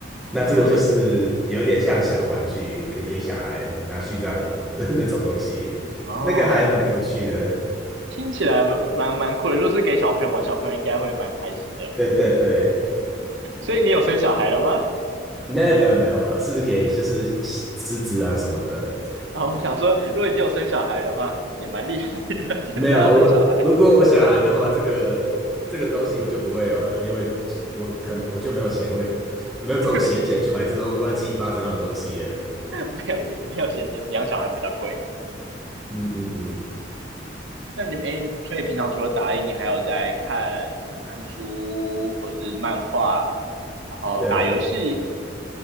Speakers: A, in the centre; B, on the right (about 85°).
A: 那这个就是有点像小玩具，
B: 嗯，
A: 可以给小孩拿去这样玩的 <laughs> 那种东西，
B: 哦，
A: 那个还蛮有趣的。
B: 听起来蛮蛮蛮酷的。如果是给小朋友玩，小朋友应该会蛮开心的。
A: 对对对，
B: 所以你有生小孩了吗？
A: 没有没有没有没有，是给就是狮子啊什么的。
B: 啊、我想说，如果你有生小孩的话，也蛮厉害的。<laughs> 现在要生小孩，
A: 没有，我如果我小孩的话，这个这个东西我就不会有了，因为我可我就没有钱会 <laughs> 没有这种闲钱去买这种乱七八糟的东西了
B: <laughs> 没有没有衔接，养小孩比较贵。
A: 嗯嗯嗯，
B: 那你诶，所以平常除了打印，你还有在看看书或是漫画，然后打游戏。
A: 对啊，